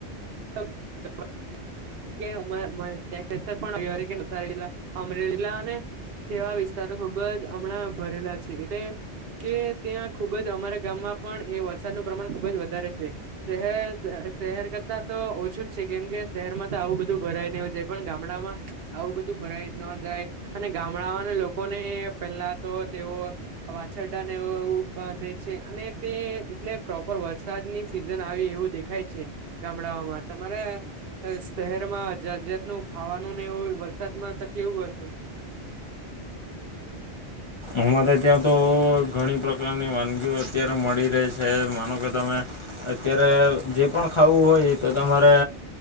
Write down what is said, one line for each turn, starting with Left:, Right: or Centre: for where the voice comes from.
Right: <unintelligible> કે <unintelligible> અમરેલી <unintelligible> તેવા વિસ્તારો ખુબ જ હમણાં ભરેલા છે એટલે કે ત્યાં ખુબ જ અમારા ગામમાં પણ એ વરસાદનું પ્રમાણ ખુબ જ વધારે છે. શહેર, શહેર કરતા તો ઓછું જ છે કેમ કે શહેરમાં તો આવું બધું ભરાય નું જાય પણ ગામડામાં આવું બધું ભરાય ન જાય. અને ગામડાઓના લોકો ને પેલા તો તેઓ વાછરડા ને એવું બાંધે છે અને તે એટલે પ્રોપર વરસાદની સિઝન આવી એવું દેખ ખાય છે ગામડાઓમાં તમારે શહેર માં જાત જાતનું ખાવાનું એવું વરસાદમાં તો કેવું હશે
Left: અમારે ત્યાં તો ઘણી પ્રકારની વાનગીઓ અત્યારે મળી રહી છે માનો કે તમે અત્યારે જે પણ ખાવું હોય તો તમારે